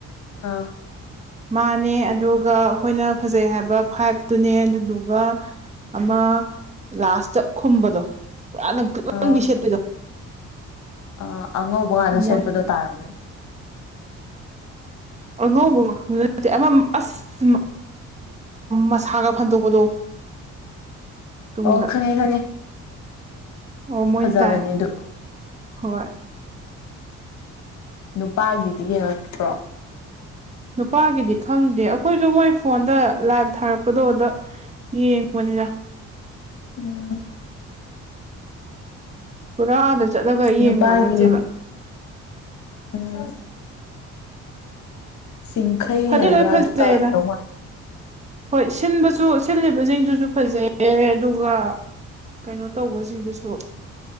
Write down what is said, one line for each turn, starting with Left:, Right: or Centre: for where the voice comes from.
Left: ꯑꯥ
Right: ꯃꯥꯅꯦ ꯑꯗꯨꯒ ꯑꯩꯈꯣꯏꯅ ꯐꯖꯩ ꯍꯥꯏꯕ ꯐꯥꯏꯚꯇꯨꯅꯦ ꯑꯗꯨꯗꯨꯒ ꯑꯃ ꯂꯥꯁꯇꯥ ꯈꯨꯝꯕꯗꯣ ꯄꯨꯔꯥ ꯂꯥꯡꯇ꯭ꯔꯤꯛ
Left: ꯑꯥ
Right: ꯂꯥꯡꯕꯤ ꯁꯦꯠꯕꯗꯣ
Left: ꯑꯥ ꯑꯉꯧꯕ ꯉꯥꯛꯇ
Right: ꯃꯣꯏ
Left: ꯁꯦꯠꯄꯗꯣ ꯇꯥꯔꯝꯒꯅꯤ
Right: ꯑꯉꯧꯕ ꯃꯈꯜ ꯅꯠꯇꯦ ꯑꯃ ꯑꯁ ꯃꯁꯥꯒ ꯐꯟꯗꯣꯛꯄꯗꯣ ꯇꯨꯡꯗ
Left: ꯑꯣ ꯈꯪꯉꯦ ꯈꯪꯉꯦ
Right: ꯑꯣ ꯃꯣꯏꯅ
Left: ꯐꯖꯕꯅꯦ
Right: ꯇꯥꯏ
Left: ꯑꯗꯨ
Right: ꯍꯣꯏ
Left: ꯅꯨꯄꯥꯒꯤꯗꯤ ꯌꯦꯡꯉꯛꯇ꯭ꯔꯣ
Right: ꯅꯨꯄꯥꯒꯤꯗꯤ ꯈꯪꯗꯦ ꯑꯩꯈꯣꯏꯁꯨ ꯃꯣꯏ ꯐꯣꯟꯗ ꯂꯥꯏꯚ ꯊꯥꯔꯛꯄꯗꯣ ꯑꯗ ꯌꯦꯡꯕꯅꯤꯗ
Left: ꯎꯝ
Right: ꯄꯨꯔꯥ ꯑꯗ ꯆꯠꯂꯒ ꯌꯦꯡꯕ
Left: ꯅꯨꯄꯥꯒꯤ
Right: ꯅꯠꯇꯦꯕ
Left: ꯎꯝ ꯆꯤꯡꯈꯩ
Right: ꯐꯗꯤ
Left: ꯍꯥꯏꯕ꯭ꯔꯥ
Right: ꯂꯣꯏ ꯐꯖꯩꯗ
Left: ꯑꯗꯨ ꯇꯥꯔꯝꯗꯧ ꯃꯥꯜꯂꯦ
Right: ꯍꯣꯏ ꯁꯤꯟꯕꯁꯨ ꯁꯤꯜꯂꯤꯕꯁꯤꯡꯗꯨꯁꯨ ꯐꯖꯩꯌꯦ ꯑꯗꯨꯒ ꯀꯩꯅꯣ ꯇꯧꯕꯁꯤꯡꯗꯨꯁꯨ